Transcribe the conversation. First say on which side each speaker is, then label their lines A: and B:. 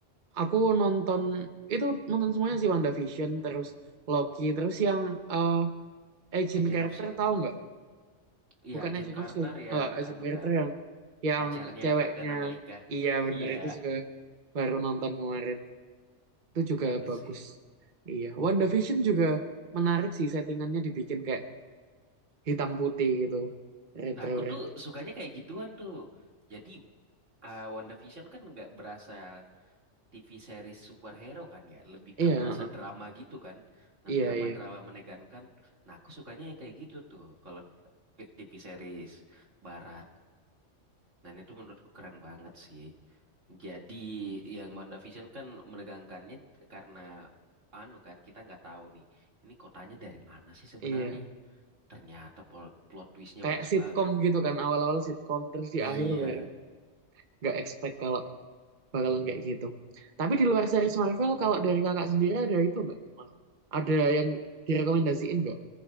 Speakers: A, on the right; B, on the right.
A: aku nonton itu nonton semuanya sih WandaVision, terus Loki, terus yang eh, Agent
B: Agent
A: Carter
B: of Shield.
A: tahu nggak?
B: Iya,
A: Bukan
B: Agent
A: Agent
B: Carter
A: of Shield,
B: yang
A: eh, Agent
B: anu
A: Carter
B: kan,
A: yang yang
B: pacarnya
A: ceweknya.
B: Kapten Amerika.
A: Iya,
B: <laughs>
A: bener
B: Iya,
A: itu juga baru nonton kemarin. Itu juga
B: bagus
A: bagus.
B: sih.
A: Iya, WandaVision juga menarik sih settingannya dibikin kayak hitam putih gitu retro
B: Nah, aku
A: retro
B: tuh sukanya kayak gituan tuh. Jadi Wonder WandaVision kan nggak berasa TV series superhero kan ya, lebih
A: iya
B: ke berasa
A: heeh.
B: drama gitu kan, dan
A: iya
B: drama-drama
A: iya
B: menegangkan. Nah, aku sukanya yang kayak gitu tuh, kalau TV series barat. Dan itu menurutku keren banget sih. Jadi yang Banda Vision kan menegangkannya karena anu kan kita nggak tahu nih ini kotanya dari mana sih sebenarnya.
A: iya
B: Ternyata pol- plot twistnya
A: kayak
B: bagus
A: sitkom
B: banget.
A: gitu kan awal-awal sitkom terus di
B: Iya,
A: akhir baru nggak expect kalau bakalan kayak gitu tapi di luar series Marvel kalau dari kakak sendiri ada itu nggak Mal? ada yang direkomendasiin nggak